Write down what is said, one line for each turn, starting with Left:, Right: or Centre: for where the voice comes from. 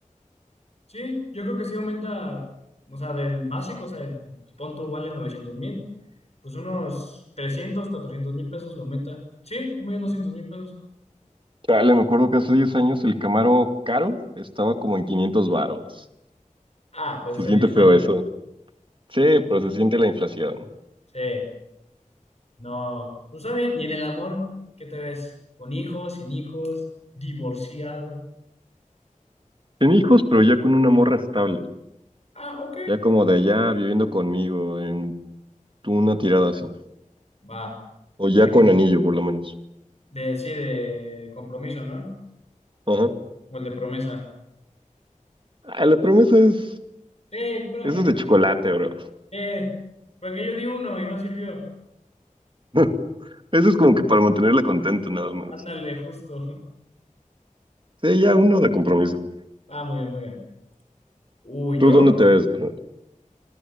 Left: Sí, yo creo que sí aumenta, o sea, del básico, o sea, el punto vale novecientos mil, pues unos 300 400 mil pesos lo aumenta. Sí, un millón doscientos mil pesos.
Right: Dale, me acuerdo que hace 10 años el Camaro caro estaba como en 500 varos.
Left: Ah, pues
Right: Se
Left: hace
Right: siente
Left: 10
Right: feo
Left: años.
Right: eso. Sí, pero se siente la inflación.
Left: Sí, no, pues está bien. ¿Y en el amor, qué te ves? ¿Con hijos, sin hijos, divorciado?
Right: Sin hijos, pero ya con una morra estable.
Left: Ah, ok,
Right: Ya como de allá viviendo conmigo en una tirada así.
Left: va.
Right: O ya
Left: Ya que,
Right: con anillo, por lo menos.
Left: de, sí, de compromiso, ¿no?
Right: Ajá.
Left: O el de promesa.
Right: Ah, la promesa es...
Left: Eh, pura
Right: Eso
Left: merca.
Right: es de chocolate, bro.
Left: Eh, porque yo di uno y no sirvió.
Right: <laughs> Eso es como que para mantenerla contenta, nada más.
Left: Ándale, justo. <laughs>
Right: Sí, ya uno de compromiso.
Left: Ah, muy bien, muy bien. uy yo,
Right: ¿Tú dónde te ves, carnal?